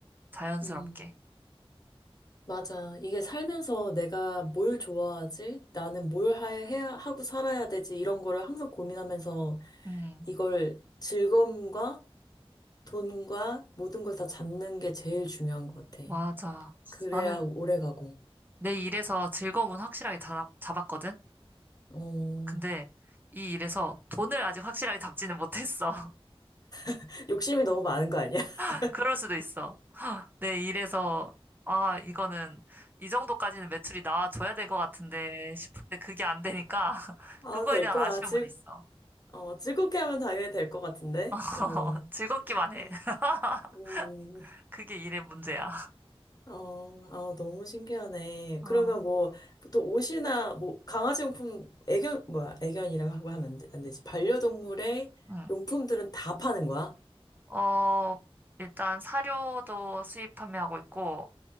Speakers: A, on the right; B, on the left.
A: 자연스럽게.
B: 음. 맞아. 이게 살면서 내가 뭘 좋아하지? 나는 뭘 하- 해야, 하고 살아야 되지? 이런 거를 항상 고민하면서
A: 음,
B: 이걸 즐거움과 돈과 모든 걸 다 잡는 게 제일 중요한 것 같아.
A: 맞아.
B: 그래야
A: 나는
B: 오래 가고.
A: 내 일에서 즐거움은 확실하게 자, 잡았거든?
B: 어,
A: 근데 이 일에서 돈을 아직 확실하게 잡지는 못했어.
B: <laughs> 욕심이 너무 많은 거 아니야? <laughs>
A: <laughs> 그럴 수도 있어. 네, 이래서, 아, 이거는, 이 정도까지는 매출이 나와줘야 될 것 같은데 싶은데 그게 안 되니까, <laughs>
B: 아,
A: 그거에
B: 될
A: 대한
B: 거야.
A: 아쉬움은
B: 즐,
A: 있어.
B: 어, 즐겁게 하면 당연히 될 것 같은데?
A: <laughs>
B: 어,
A: 즐겁기만 해.
B: 어,
A: <laughs>
B: 음.
A: 그게 일의 문제야.
B: 어, 아, 너무 신기하네.
A: 어,
B: 그러면 뭐, 보통 옷이나, 뭐, 강아지 용품, 애견, 뭐야, 애견이라고 하고 하면 안, 되, 안 되지. 반려동물의
A: 응.
B: 용품들은 다 파는 거야?
A: 어, 일단 사료도 수입 판매하고 있고,